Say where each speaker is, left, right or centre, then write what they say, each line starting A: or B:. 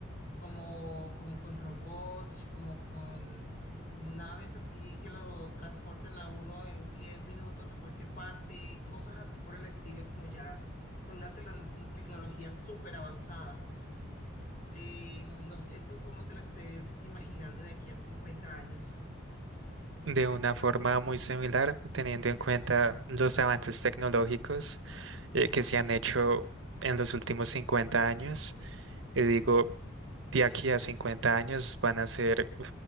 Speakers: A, on the left (about 40°); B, on the right (about 65°).
A: como, como con robots, como con naves así que lo transporten a uno en 10 minutos a cualquier parte, cosas así por el estilo, como ya con una telo- tecnología súper avanzada. Eh, no sé tú cómo te la estés imaginando de aquí a 50 años.
B: De una forma muy similar, teniendo en cuenta los avances tecnológicos eh, que se han hecho en los últimos 50 años. Y digo, de aquí a 50 años van a ser